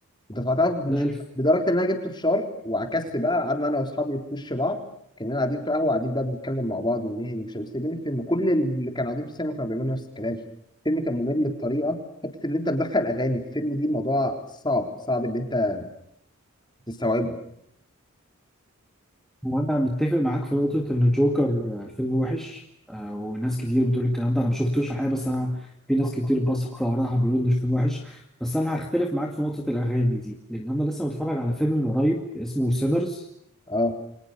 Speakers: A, on the left; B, in the centre.
A: دفعتها مش
B: لا
A: لدرجه ان انا جبت فشار وعكست بقى قعدنا انا واصحابي في وش بعض كنا قاعدين في قهوه قاعدين بقى بنتكلم مع بعض ونهري ومش عارف، إيه، سايبين الفيلم كل اللي كانوا قاعدين في السينما كانوا بيعملوا نفس الكلام الفيلم كان ممل بطريقه حته اللي انت مدخل اغاني في الفيلم دي موضوع صعب صعب اللي انت تستوعبه
B: هو انا متفق معاك في نقطه ان جوكر آه، فيلم وحش آه، وناس كتير بتقول الكلام ده انا ما شفتوش الحقيقه بس انا في ناس كتير بثق في ارائها بيقولوا ان الفيلم وحش بس انا هختلف معاك في نقطه الاغاني دي لان انا لسه متفرج على فيلم من قريب اسمه سيلرز
A: اه